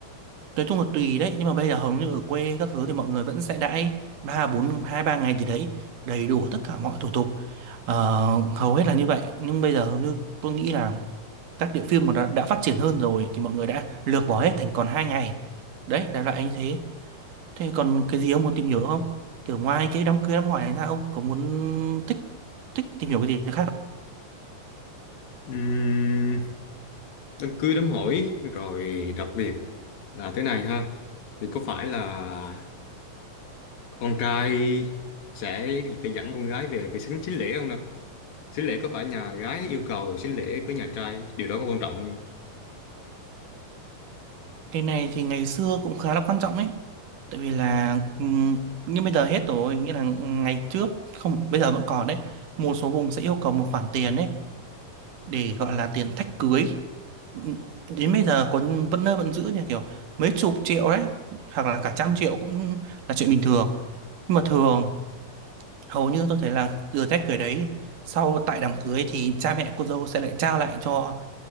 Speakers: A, on the right; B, on the left.
A: nói chung là tùy đấy nhưng mà bây giờ hầu như ở quê các thứ thì mọi người vẫn sẽ đãi ba bốn hai ba ngày gì đấy đầy đủ tất cả mọi thủ tục Ờ, hầu hết là như vậy nhưng bây giờ hầu như tôi nghĩ là các địa phương mà đã, đã phát triển hơn rồi thì mọi người đã lược bỏ hết thành còn hai ngày đấy đại loại anh thế thế còn cái gì ông muốn tìm hiểu nữa không kiểu ngoài cái đám cưới đám hỏi này ra ông có muốn thích thích tìm hiểu cái gì khác không?
B: Ừm, đám cưới đám hỏi rồi đặc biệt là thế này ha thì có phải là con trai sẽ phải dẫn con gái về về sính sính lễ không nè Xính lễ có phải nhà gái yêu cầu xính lễ với nhà trai điều đó có quan trọng không?
A: cái này thì ngày xưa cũng khá là quan trọng ấy tại vì là ừm, nhưng bây giờ hết rồi nghĩa là ngày trước không bây giờ vẫn còn đấy một số vùng sẽ yêu cầu một khoản tiền đấy để gọi là tiền thách cưới Ừ, đến bây giờ còn vẫn nơi vẫn giữ nha kiểu mấy chục triệu đấy hoặc là cả trăm triệu cũng là chuyện bình thường nhưng mà thường hầu như tôi thấy là từ thách cưới đấy sau tại đám cưới thì cha mẹ cô dâu sẽ lại trao lại cho